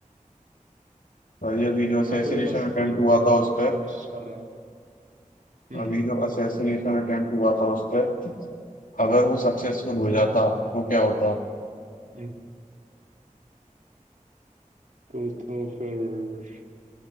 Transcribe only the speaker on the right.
हाँ तो वो बस
वही
फॉलो
करने
की कोशिश कर रहा है हम्म
हम्म
हम्म। तो तो फिर